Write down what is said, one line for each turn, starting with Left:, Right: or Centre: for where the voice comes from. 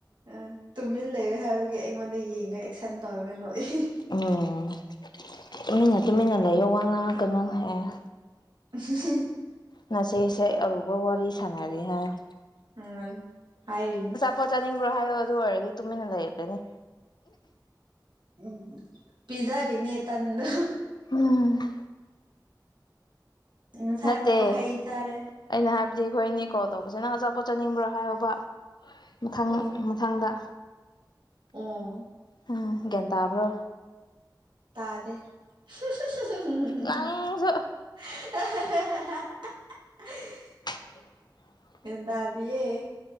Right: ꯑ ꯇꯨꯃꯤꯟ ꯂꯩꯌ‌ꯦ ꯍꯥꯏꯕꯒꯤ ꯑꯩꯉꯣꯟꯗ ꯌꯦꯡꯉꯒ ꯑꯦꯛꯁꯟ ꯇꯧꯔꯒ ꯅꯣꯛꯏ
Left: ꯑꯣ ꯇꯨꯃꯤꯟꯅ ꯇꯨꯃꯤꯟꯅ ꯂꯩꯌꯣ ꯋꯥ ꯉꯥꯡꯉꯛꯀꯅ‌ꯣ ꯍꯥꯏꯌ‌ꯦ
Right: ꯎꯝ <unintelligible>
Left: ꯉꯁꯤꯁꯦ ꯑꯔꯨꯕ ꯋꯥꯔꯤ ꯁꯥꯟꯅꯔꯤ ꯍꯥꯏꯌ‌ꯦ
Right: ꯑ ꯍꯥꯏꯔꯤꯅꯦ
Left: ꯄꯣꯠ ꯆꯥꯅꯤꯡꯕ꯭ꯔꯣ ꯍꯥꯏꯌꯣ ꯑꯗꯨ ꯑꯣꯏꯔꯗꯤ ꯇꯨꯃꯤꯟꯅ ꯂꯩꯔꯅꯤ
Right: ꯎꯝ ꯄꯤꯖꯥꯔꯤꯅꯦ ꯇꯟꯗꯣ
Left: ꯍꯨꯉ
Right: ꯉꯁꯥꯏ
Left: ꯅꯠꯇꯦ
Right: ꯑꯃꯨꯛ ꯍꯩ ꯆꯥꯔꯦ
Left: ꯑꯩꯅ ꯍꯥꯏꯕꯗꯤ ꯑꯩꯈꯣꯏꯅꯤ ꯀꯣꯜ ꯇꯧꯕꯁꯤ ꯅꯪ ꯑꯆꯥꯄꯣꯠ ꯆꯥꯅꯤꯡꯕ꯭ꯔꯥ ꯍꯥꯏꯌꯣꯕ ꯃꯊꯪ
Right: ꯑꯣ
Left: ꯃ ꯊꯪꯗ
Right: ꯑꯣ
Left: ꯍꯥ ꯒ꯭ꯌꯥꯟ ꯇꯥꯕ꯭ꯔꯣ
Right: ꯇꯥꯗꯦ <unintelligible>
Left: ꯅꯪꯁꯨ <inaudible>
Right: ꯒ꯭ꯌꯥꯟ ꯇꯗꯤꯌꯦ